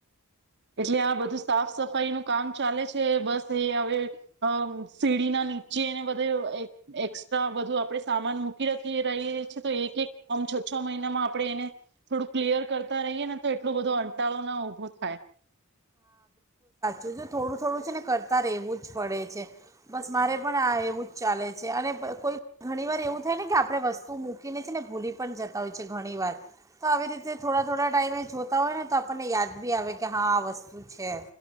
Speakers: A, on the right; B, on the right.
A: એટલે આ બધું સાફ સફાઈ નું કામ ચાલે છે બસ એ હવે અહ સીડી ના નીચેને બ ધે એક એકશ તો આ બધું આપડણે સામાન મૂકી રાખીએ રહીએ છીએ તો એક એક આમ છો છો મહિનામાં આપણે એને થોડું ક્લિયર કરતા રહીએ ને તો એટલો બધો અંટાળો ના ઉભો થાય.
B: જો જો થોડું થોડું છે ને કરતા રહેવું જ પડે છે. બસ મારે પણ આ એવું જ ચાલે છે અને પ કોઈ ઘણી વાર એવું થાય ને કે આપણે વસ્તુ મૂ કીને છે ને ભૂલી પણ જ તા હોય છે ઘણી વાર. તો આવી રીતે થોડા થોડા ટાઈમે જોતા હોય ને તો આપણને યાદ બી આવે કે હા આ વસ તું છે.